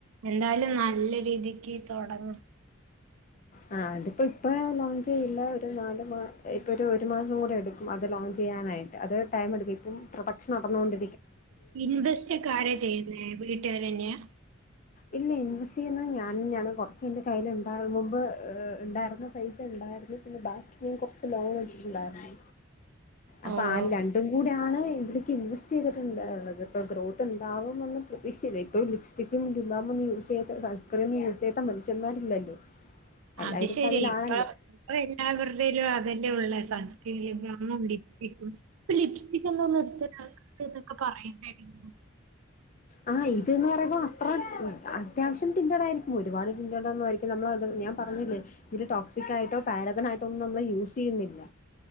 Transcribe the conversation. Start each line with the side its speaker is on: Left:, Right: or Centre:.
Right: എന്തായാലും നല്ല രീതിക്ക് തൊടങ്ങ്
Left: ആ അതിപ്പോ ഇപ്പോ ലോഞ്ച് ചെയില്ല ഒരു നാല മാ ഇപ്പോ ഒരു മാസം കൂടെ എടുക്കും അത് ലോഞ്ച് ചെയ്യാനായിട്ട് അത് ടൈം എടുക്കും ഇപ്പം പ്രൊഡക്ഷ നടന്നുകൊണ്ട്
Right: ഇൻവെസ്റ്റ്ക്കാരാ ചെയ്യുന്നേ വീട്ടുകാര് തന്നെയാ
Left: ഇല്ല ഇൻവെസ്റ്റ് ചെയ്യുന്നത് ഞാഞെയാണ് കൊറച്ച് എന്റെ കയ്യിലുണ്ടാകും മുമ്പ് ഏഹ് ഇണ്ടായിരുന്നു പൈസ ഇണ്ടായിരുന്നു പിന്നെ ബാക്കി ഞാൻ കൊറച്ച് ലോൺ എടുത്തിട്ടുണ്ടാരുന്നു അപ്പോ
Right: ഓ
Left: ആ രണ്ടും കൂടെ ആണ് എങ്കില് <unintelligible> ചെയ്തിട്ടുണ്ടുള്ളത് ഇപ്പോ ഗ്രോത്ത് ഇണ്ടാവുമന്ന് പ്രതീക്ഷ ഇപ്പോ ലിപ്സ്റ്റിക്കും ലിബാം ഒന്നും യൂസ് ചെയ്യാത്ത സൺസ്ക്രീനൊന്നും യൂസ് ചെയ്യാത്ത മനുഷ്യന്മാരില്ലല്ലോ എല്ലാവരും
Right: അത് ശെരിയാ
Left: അതിലാണല്ലോ
Right: ഇപ്പ ഇപ്പ എല്ലാവർടേലും അതന്നെ ഒള്ളേ <unintelligible> ഇപ്പോ ലിപ്സ്റ്റിക്ക് ഒ ന്നും നിർ <unintelligible> എന്നൊക്കെ പറയണ്ടാരുന്നു
Left: ആഹ് ഇത് ന് പറയുമ്പോ അത്ര അത്യാവശ്യം ടിൻറ്റടാരിക്കും ഒരുപാട് <unintelligible> ഒന്നും ആയിരിക്കും നമ്മൾത് ഞാൻ പറഞ്ഞില്ലേ ഇതില് ടോക്സിക് ആയിട്ടോ പാരബൻ ആയിട്ടോ ഒന്നും നമ്മള് യൂസ് ചെയ്യുന്നില്ല